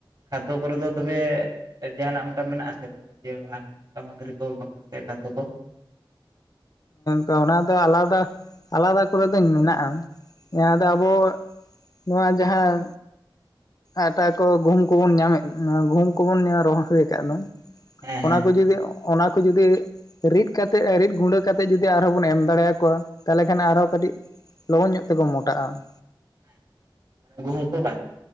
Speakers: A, on the right (about 50°); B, on the left (about 45°).
A: ᱟᱛᱳ ᱠᱚᱨᱮ ᱫᱚ ᱛᱚᱵᱮ ᱡᱟᱦᱱᱟᱜ ᱚᱱᱠᱟ ᱢᱮᱱᱟᱜ ᱟᱥᱮ ᱵᱟᱝ ᱡᱮ ᱠᱟ ᱢᱜᱨᱤ ᱠᱚ ᱵᱟᱠᱷᱨᱟᱛᱮ ᱠᱷᱟᱫ ᱠᱚ <unintelligible>
B: ᱮᱸ ᱚᱱᱟ ᱫᱚ ᱟᱞᱟᱫᱟ ᱟᱞᱟᱫᱟ ᱠᱚᱨᱮ ᱫᱚ ᱢᱮᱱᱟᱜᱼᱟ ᱾ ᱱᱤᱭᱟ. ᱫᱚ ᱟᱵᱚ ᱱᱚᱣᱟ ᱡᱟᱦᱟᱸ ᱟᱴᱟ ᱠᱚ ᱜᱩᱦᱩᱢ ᱠᱚᱵᱚᱱ ᱧᱟᱢᱮᱫ ᱜᱩᱦᱩᱢ ᱠᱚᱵᱚᱱ ᱧᱟᱢ ᱨᱚᱦᱚᱭ ᱟᱠᱟᱫ ᱫᱚ
A: ᱦᱮᱸ
B: ᱚᱱᱟ
A: ᱦᱮᱸ
B: ᱠᱚ ᱡᱩᱫᱤ ᱚᱱᱟ ᱠᱚ ᱡᱩᱫᱤ ᱨᱤᱫ ᱠᱟᱛᱮ ᱨᱤᱫ ᱜᱩᱸᱰᱟᱹ ᱠᱟᱛᱮᱫ ᱡᱩᱫᱤ ᱟᱨᱦᱚᱸ ᱵᱚᱱ ᱮᱢ ᱫᱟᱲᱮᱭᱟᱠᱚᱣᱟ ᱛᱟᱦᱚᱞᱮ ᱠᱷᱟᱱ ᱟᱨᱦᱚᱸ ᱠᱟᱹᱴᱤᱡ ᱞᱚᱜᱚᱱ ᱧᱚᱜ ᱛᱮᱠᱚ ᱢᱚᱴᱟᱜᱼᱟ ᱾
A: ᱟᱪᱪᱷᱟ ᱢᱟᱱᱮ ᱜᱩᱦᱩᱢ ᱠᱚ ᱵᱟᱝ